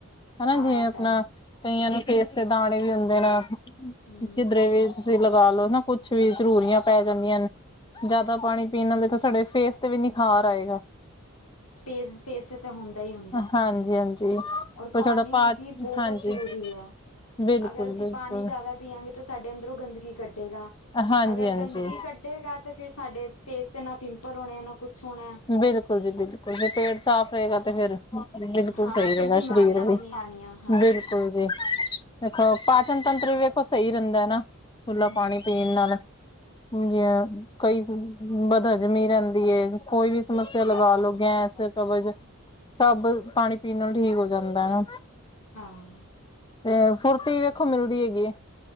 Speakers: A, on the left (about 20°); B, on the left (about 85°).
A: ਹਨਾ
B: ਹਾਂ
A: ਜਿਵੇਂ
B: ਇਹ
A: ਆਪਣਾ
B: ਤਾਂ ਹੈ
A: ਕਈਆਂ ਨੂੰ ਫੇਸ ਦੇ ਦਾਣੇ ਵੀ ਹੁੰਦੇ ਨੇ,
B: ਹੂੰ,
A: ਜੀਧਰੇ ਵੀ ਤੁਸੀਂ ਲਗਾ ਲੋੋ ਨਾ ਕੁੱਛ ਵੀ, ਜ਼ਰੂਰੀਆਂ ਪੈ ਜਾਂਦੀਆਂ ਨੇ ਜ਼ਿਆਦਾ ਪਾਣੀ ਪੀਣ ਨਾਲ ਦੇਖੋ ਸਾਡੇ ਫੇਸ ਤੇ ਵੀ ਨਿਖਾਰ ਆਏਗਾ,
B: ਪੇਸ ਪੇਸੇ ਤਾਂ ਹੁੰਦਾ ਹੀ ਹੁੰਦਾ
A: ਹਾਂਜੀ ਹਾਂਜੀ ਕੋਈ
B: ਔਰ
A: ਸਾਡਾ
B: ਪਾਣੀ,
A: ਪਾ
B: ਵੀ ਬਹੁਤ
A: ਹਾਂਜੀ
B: ਜ਼ਰੂਰੀ ਆ
A: ਬਿਲਕੁਲ
B: ਅਗਰ ਅਸੀਂ
A: ਬਿਲਕੁਲ
B: ਪਾਣੀ ਜ਼ਿਆਦਾ, ਪੀੀਆਂਗੇ ਤਾਂ ਸਾਡੇ ਅੰਦਰੋਂ ਗੰਦਗੀ ਕੱਢੇਗਾ
A: ਹਾਂਜੀ
B: ਅਗਰ
A: ਹਾਂਜੀ
B: ਗੰਦਗੀ ਕਡੇ ਕੱਢੇਗਾ ਤੇ ਫਿਰ ਸਾਡੇ ਫੇਸ ਤੇ ਨਾ ਪਿੰਪਲ ਹੋਣੇ ਆ ਨਾ ਕੁੱਛ ਹੋਣਾ,
A: ਬਿਲਕੁਲ ਜੀ ਬਿਲਕੁਲ ਜੇ ਪੇਟ ਸਾਫ਼ ਰਹੇਗਾ ਤੇ ਫੇਿਰ, ਬਿਲਕੁਲ
B: ਹਾਂ,
A: ਸਹੀ ਰਹੇਗਾ
B: ਫਿਰ ਬਿਮਾਰੀਆਂ
A: ਸਰੀਰ ਵੀ
B: ਨਹੀਂ ਆਣੀਆਂ ਹਾਂ,
A: ਬਿਲਕੁਲ ਜੀ, ਦੇਖੋ ਪਾਚਨ ਤੰਤਰ ਵੀ ਵੇਖੋ ਸਹੀ ਰਹਿੰਦਾ ਨਾ ਖੁੱਲਾ
B: ਹੂੰ,
A: ਪਾਣੀ ਪੀਣ ਨਾਲ, ਜਾ ਕਈ ਬਦ ਹਜਮੀ ਰਹਿੰਦੀ ਹੈ, ਕੋਈ ਵੀ ਸਮੱਸਿਆ ਲਗਾ
B: ਹਾਂ।
A: ਲੋ ਗੈਸ, ਕਵਜ ਸਭ ਪਾਣੀ ਪੀਣ ਨਾਲ ਠੀਕ ਹੋ ਜਾਂਦਾ ਹਨ ਨਾ,
B: ਹਾਂ
A: ਤੇ ਫੁਰਤੀ ਵੇਖੋ ਮਿਲਦੀ ਹੈਗੀ ਆ,